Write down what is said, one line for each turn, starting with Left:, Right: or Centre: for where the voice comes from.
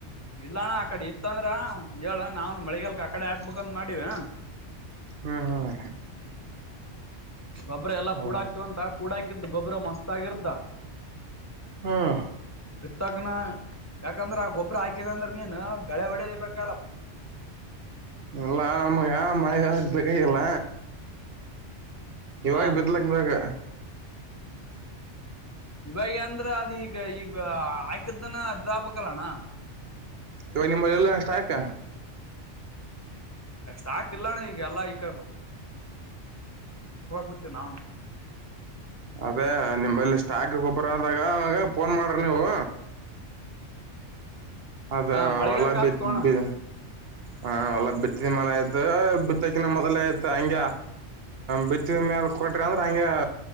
Left: ಇಲ್ಲಾಣ ಕಡೆ ಇತ್ತಂದ್ರಾ ಹೇಳು ನಾವುನು ಮಳಿಗಲ್ ಹಾಕ್ ಕಡೆ ಹಾಕ್ಬೇಕಂತ ಮಾಡಿರ.
Right: ಹ್ಮ್ ಹ್ಮ್
Left: ಗೊಬ್ರ ಎಲ್ಲ
Right: ಹೌದಾ
Left: ಕೂಡಾಕ್ತ ಅಂತ ಕೂಡಾಕಿ. ಗೊಬ್ಬರ ಮಸ್ತ್ ಆಗಿರ್ತ.
Right: ಹ್ಮ್
Left: ಇರ್ತವ ಕಣ. ಯಾಕಂದ್ರ ಆ ಗೊಬ್ಬ್ರ ಹಾಕಿದ ಅಂದ್ರ ನೀನ್ ಕಳೆ ಹೊಡಿಲೆ ಬೇಕ್.
Right: ಎಲ್ಲಾ ನಮ್ಗೆ ಮಳೆಗಾಲ ಬಿಡಿ ಇಲ್ಲ ಇವಾಗ
Left: ಹ
Right: ಬಿತ್ಲಕ್ಕ ಬೇಕ್.
Left: ಇವಾಗ ಅಂದ್ರ ಅದ ಈಗ ಈಗ ಆಕ್ಕಿತ್ತನ ಅರ್ದಾಗಬೇಕಲ್ಲ ಅಣ್ಣಾ.
Right: ಇವಾಗ ನಿಮ್ಮಲ್ಲಿ ಎಲ್ಲ ಅಷ್ಟ ಹಾಕ್.
Left: ಸ್ಟಾಕ್ ಇಲ್ಲಾ ಅಣ್ಣಾ ಈಗ ಎಲ್ಲಾ ಈಗ್. <unintelligible>
Right: ಅದೇ ನಿಮ್ಮಲ್ಲಿ ಸ್ಟಾಕ್ ಗೋಬ್ಬರ ಆದಾಗ ಅವಂಗ ಫೋನ್ ಮಾಡ್ರಿ ನೀವು. ಅದ
Left: ಹ ಮಳಿಗಾಲಕ್
Right: ಹೊಲ
Left: ಆತ್
Right: ಬಿದ್ದ
Left: ತೋಣ
Right: ಬಿ ಹಾ <unintelligible> ಮಾಲ ಆಯ್ತ ಬಿತ್ತಕಿನ ಮೊದಲೇ ಆಯ್ತ್ ಹಂಗ ಬಿತ್ತಿದ ಮ್ಯಾಲ ಕೊಟ್ರ ಅಂದ್ರ ಹಂಗೆ ಅ